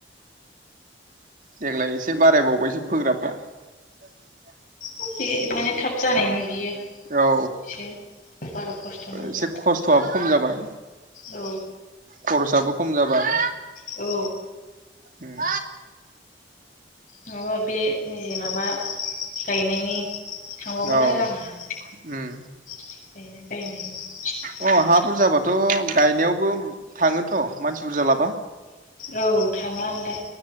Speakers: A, on the right; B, on the left.
A: देग्लाय एसे बारायबावबायसो फोग्राफ्रा
B: बे माने थाब जानायनि बियो
A: औ
B: एसे बारा खस्थ' नाङो
A: एसे खस्थ'आबो खम जाबाय
B: औ
A: खरसआबो खम जाबाय
B: औ
A: ओम
B: नङाबा बे निजे माबा गायनायनि थांबावगोन
A: औ
B: आरो आंहा
A: उम
B: <unintelligible>
A: अ हा बुरजाबाथ' गायनायावबो थाङोथ' मानसि बुरजा लाबा
B: औ थाङा ओनलाय